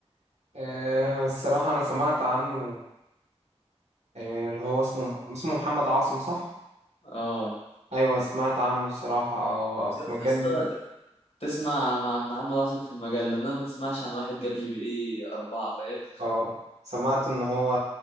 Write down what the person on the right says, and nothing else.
آه، الصراحة أنا سمعت عنه آه، اللي هو اسمه اسمه محمد عاصم صح؟
أيوة سمعت عنه الصراحة في
مجلة
اه سمعت ان هو